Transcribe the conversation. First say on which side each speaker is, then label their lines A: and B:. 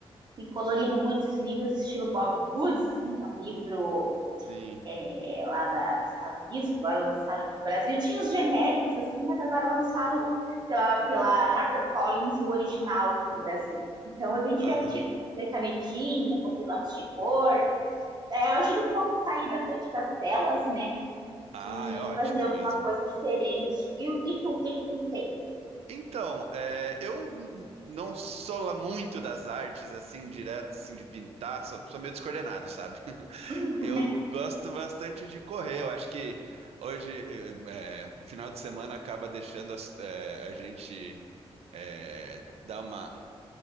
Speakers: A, on the right; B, on the right.
A: tem colorido muitos livros estilo Bob Goods, assim, que é um livro
B: Sim.
A: é, é, lá da, dos Estados Unidos, que agora lançaram aqui no Brasil. Tinha os genéricos, assim, mas agora lançaram pela, pela HarperCollins o original aqui no Brasil. Então é bem divertido.
B: Aham.
A: Comprei canetinha, comprei lápis de cor. É, ajuda um pouco a sair da frente das telas, né?
B: Ah,
A: E
B: é ótimo
A: fazer alguma
B: mesmo.
A: coisa diferente. E, e tu, o que, que tem feito?
B: Então, é, eu n- não sou lá muito das artes, assim, direto, assim, de pintar, sou, sou meio descoordenado, sabe? <laughs>
A: <laughs>
B: Eu gosto bastante de correr, eu acho que hoje, eh, eh, final de semana, acaba deixando as- eh, a gente eh, dar uma,